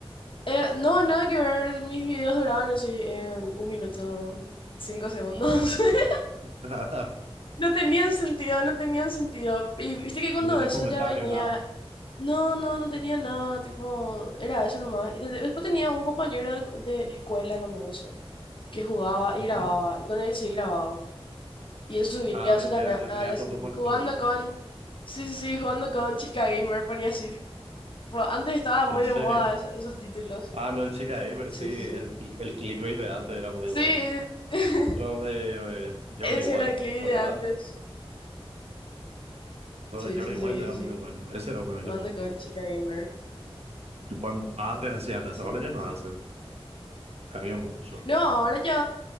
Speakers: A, on the left; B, on the right.
A: Eh, no, nada que ver. Mis videos duraban así eh, un minuto, cinco segundos. <laughs>
B: <laughs>
A: No tenían sentido, no tenían sentido. Y viste que cuando
B: No tenía
A: eso
B: comentario,
A: ya venía,
B: nada.
A: no, no, no tenía nada, tipo, era eso nomás. Y te- después tenía un compañero de, de escuela cuando eso, que jugaba
B: Ujú.
A: y grababa, y con él sí grababa. Y él subía
B: Ah,
A: a su canal
B: ya, ya tenía
A: así,
B: todo puesto,
A: jugando
B: pero
A: con, sí, sí, sí, jugando con Chica Gamer, ponía así, tipo, antes estaba muy
B: en serio.
A: de moda eso- esos títulos.
B: Ah, lo de Chica Gamer,
A: Sí,
B: sí,
A: sí, sí.
B: el, cli- el clickbait de antes era muy
A: Sí.
B: bueno.
A: <laughs>
B: Los de eh, Jordi
A: Ese
B: Wild,
A: era el clip de
B: ¿te acuerdas?
A: antes.
B: Los
A: Sí,
B: de Jordi
A: sí,
B: Wild
A: sí,
B: eran
A: sí. sí.
B: muy buenos. Ese era muy bueno
A: Jugando
B: YouTube.
A: con chica gamer.
B: Tipo, antes hacían eso,
A: Sí,
B: ahora ya
A: sí,
B: no
A: sí.
B: hacen. Cambió mucho.
A: No, ahora ya,